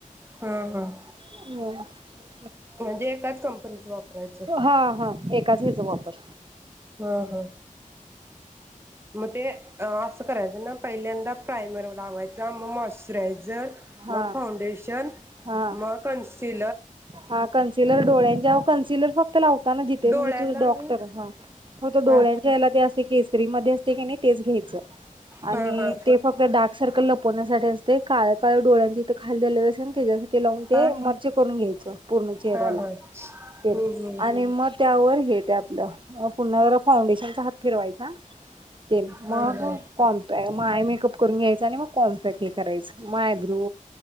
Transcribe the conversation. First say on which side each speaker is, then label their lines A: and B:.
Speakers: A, on the right; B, on the right.
A: हम्म हम्म
B: <unintelligible>
A: म्हणजे एकाच कंपनीच वापरायचं
B: हा <unintelligible> वापर
A: हम हम म ते अ अस करायच ना पहिल्यांदा पायमर लावायचा म मॉस्चरायझर
B: हा
A: मग फाउंडेशन
B: हा
A: मग कनसी
B: हा कन्सिलर डोळ्यांच्या कन्सिलर फक्त लावताना जिथे
A: डोळ्याला
B: म्हणजे तुझ
A: आणि
B: डॉक्टर हा त डोळ्यांच्या
A: हा
B: याला ते असे केसरी मध्ये असत काय नाय तेच घ्यायच
A: हा
B: आणि
A: हा
B: ते फक्त डार्क सर्कल लपवण्यासाठी असतय. काळ काळ डोळ्यांच इथ खाली झालेल असं त्याज्यासाठी लावून ते
A: हा
B: म घ्यायचा पूर्ण चेहऱ्याला
A: हा हा हम्म
B: आणि मग त्यावर ते आपल पुन्हा जरा फाउंडेशनचा हात फिरवायचा ते मग
A: हम्म हा हा
B: कॉम्प म आय मेकअप करून घ्याय आणि मग कॉन्पॅक्ट हे करायच म आयब्रो